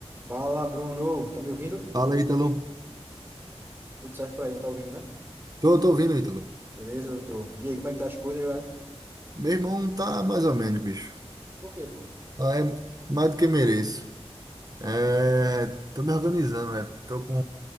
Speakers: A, on the right; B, on the right.
A: Fala, Bruno. Tá me ouvindo?
B: Fala, Ítalo.
A: Tudo certo por aí, tá ouvindo, né?
B: Tô, tô ouvindo, Ítalo.
A: Beleza, doutor? E aí, como é que tá as coisas, velho?
B: Meu irmão tá mais ou menos, bicho.
A: Por quê, pô?
B: Ah, É mais do que mereço. É, tô me organizando, né? Tô com